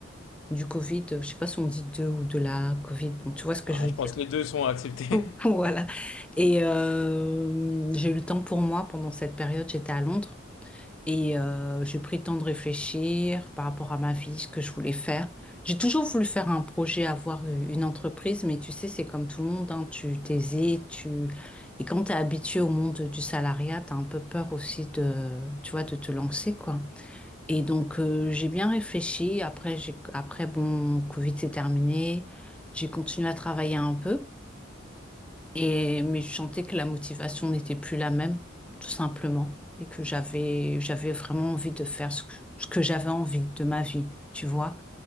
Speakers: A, in the centre; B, on the left (about 75°).
A: Du Covid, euh, je sais pas si on dit deux ou de la Covid. Bon, tu vois ce que
B: Ah,
A: je veux
B: je
A: dire.
B: pense que les deux sont acceptés.
A: <laughs> Voilà. Et euh, j'ai eu le temps pour moi pendant cette période. J'étais à Londres. Et euh, j'ai pris le temps de réfléchir par rapport à ma vie, ce que je voulais faire. J'ai toujours voulu faire un projet, avoir u- une entreprise, mais tu sais, c'est comme tout le monde, hein, tu t'hésites, tu... Et quand tu es habitué au monde du salariat, tu as un peu peur aussi de, tu vois, de te lancer, quoi. Et donc, euh, j'ai bien réfléchi. Après, j'ai... Après, bon, Covid s'est terminé. J'ai continué à travailler un peu. Et, mais je sentais que la motivation n'était plus la même, tout simplement, et que j'avais, j'avais vraiment envie de faire ce que, ce que j'avais envie de ma vie, tu vois.